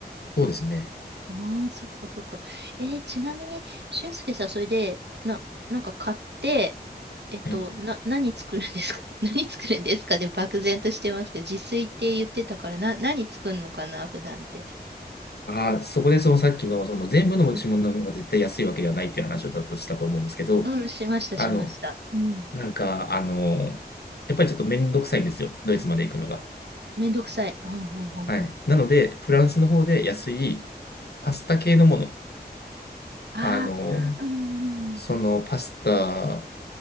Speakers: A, on the left (about 70°); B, on the right (about 80°).
A: そうですね。
B: ああ、そっかそっか。えーちなみに、俊介さん、それで、な、なんか買って、えっと、
A: はい。
B: な、何作るんですか <laughs> 何作るんですかで、漠然としてますけど、自炊って言ってたから、な、何作るのかな、普段って。
A: ああ、そこでそのさっきの、その全部の持ち物の方が絶対安いわけではないっていう話をだとしたと思うんですけど、
B: うん、うん、しました、
A: あの、
B: しました。うん。
A: なんか、あの、やっぱりちょっとめんどくさいんですよ、ドイツまで行くのが。
B: めんどくさい。うん、うん、うん、
A: はい。
B: うん。
A: なので、フランスの方で安いパスタ系のもの、
B: ああ、
A: あの、
B: うん、
A: そのパスタ